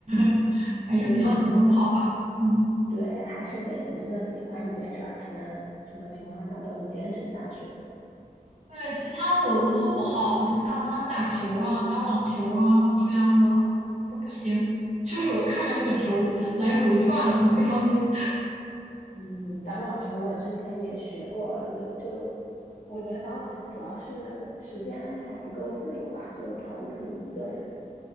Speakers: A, on the right (about 45°); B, on the left (about 50°).
A: <laughs>
B: 嗯，
A: 还是比较喜欢跑吧。嗯。
B: 对，还是得你真的喜欢一件事儿，才能什么情况下都能坚持下去。
A: 对，其他的我都做不好，就像他们打球啊、打网球啊这样的，我都不行。就是我看着那个球来回转，我就非常晕。
B: 嗯，打网球我之前也学过，就就我觉得打网球主要是时间安排不够自由吧，就跑步可以一个人。